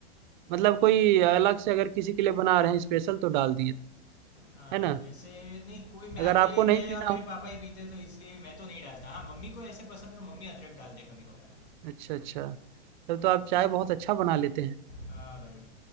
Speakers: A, on the right (about 45°); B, on the left (about 70°).
A: मतलब कोई अलग से अगर किसी के लिए बना रहे हैं स्पेशल तो डाल दिए
B: हाँ,
A: है ना
B: वैसे नहीं कोई मैं
A: अगर
B: अकेले
A: आपको नहीं
B: मैं
A: पीना
B: और मेरे
A: हो
B: पापा ही पीते तो इसलिए मैं तो नहीं डालता हाँ मम्मी को ऐसे पसंद है तो मम्मी अदरक डालते कभी कभार
A: अच्छा अच्छा तब तो आप चाय बहुत अच्छा बना लेते हैं
B: हाँ भाई